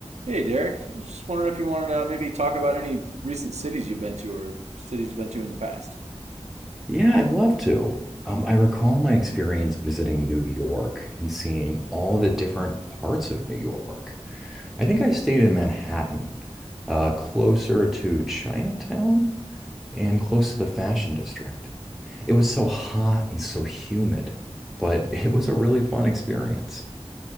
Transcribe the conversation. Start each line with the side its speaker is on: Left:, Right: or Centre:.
Right: Hey, Derek. I was just wondering if you wanted to maybe talk about any recent cities you've been to or cities you've been to in the past.
Centre: Yeah, I'd love to. Um, I recall my experience visiting New York and seeing all the different parts of New York. I think I stayed in Manhattan, uh, closer to Chinatown and close to the Fashion District. It was so hot and so humid, but <laughs> it was a really fun experience.